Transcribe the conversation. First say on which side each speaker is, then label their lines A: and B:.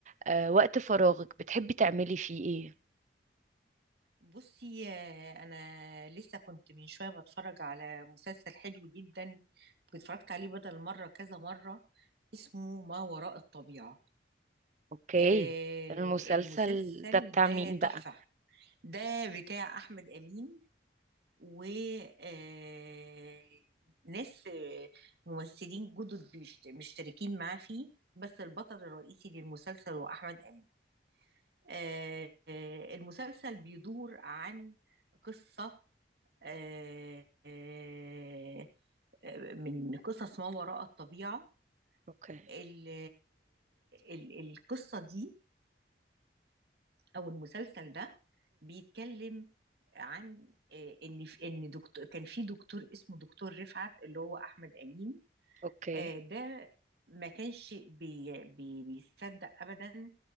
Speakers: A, on the right; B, on the right.
A: آه، وقت فراغك بتحبي تعملي فيه ايه
B: بصي آه، انا لسه كنت من شويه بتفرج على مسلسل حلو جدا واتفرجت عليه بدل مره كذا مره اسمه ما وراء الطبيعه
A: اوكي
B: آه
A: المسلسل
B: المسلسل
A: ده بتاع
B: ده
A: مين
B: تحفه
A: بقى
B: ده بتاع احمد امين و آه، ناس آه، ممثلين جدد بيشت- مشتركين معاه فيه بس البطل الرئيسي للمسلسل هو احمد امين آه، آه، المسلسل بيدور عن قصة آه، آه، آه، من قصص ما وراء الطبيعة
A: اوكي
B: ال- ال- القصة دي أو المسلسل ده بيتكلم عن آه، إن في- إن دكتور كان في دكتور اسمه دكتور رفعت اللي هو أحمد أمين
A: اوكي
B: آه، ده ما كانش بي بي بيصدق أبدا